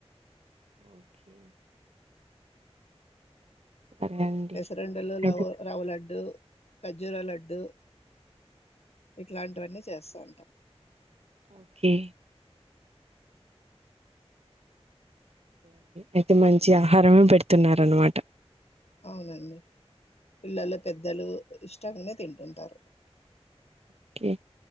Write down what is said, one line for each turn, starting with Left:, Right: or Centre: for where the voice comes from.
Right: ఓకే సరే అండి
Left: పెసరుండలు
Right: అయితే
Left: లవ రవ లడ్డు ఖర్జూర లడ్డు ఇట్లాంటివన్నీ చేస్తూ ఉంటాం
Right: ఒకే అయితే మంచి ఆహారమే పెడుతున్నారన్నమాట
Left: అవునండి పిల్లల పెద్దలు ఇష్టం గానే తింటుంటారు
Right: ఓకే